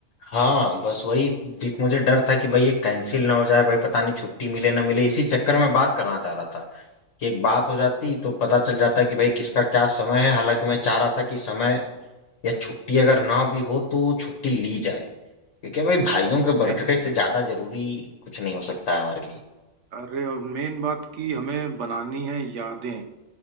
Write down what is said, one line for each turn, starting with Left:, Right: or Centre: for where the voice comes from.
Left: हाँ बस वही देख मुझे डर था कि भाई ये कैंसिल ना हो जाए भाई पता नहीं छुट्टी मिले ना मिले इसी चक्कर में बात करना चाह रहा था कि एक बात हो जाती तो पता चल जाता कि भाई किसका क्या समय है हालांकि मैं चाह रहा था कि समय या छुट्टी अगर ना भी हो तो छुट्टी ली जाए क्योंकि भाई भाइयों के
Right: नहीं
Left: बर्थडे से ज्यादा जरूरी कुछ नहीं हो सकता है हमारे लिए
Right: अरे और मेन बात कि हमें बनानी है यादें